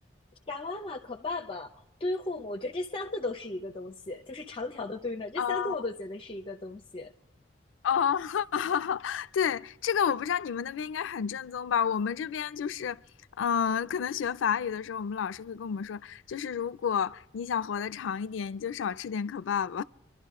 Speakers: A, on the left; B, on the left.
A: 炸妈妈、和爸爸、堆护母，我觉得这三个都是一个东西，就是长条的堆呢，这三个我都觉得是一个东西。
B: 哦哦，<laughs> 对，这个我不知道你们那边应该很正宗吧？我们这边就是，嗯、可能学法语的时候，我们老师会跟我们说，就是如果你想活得长一点，你就少吃点 kebab，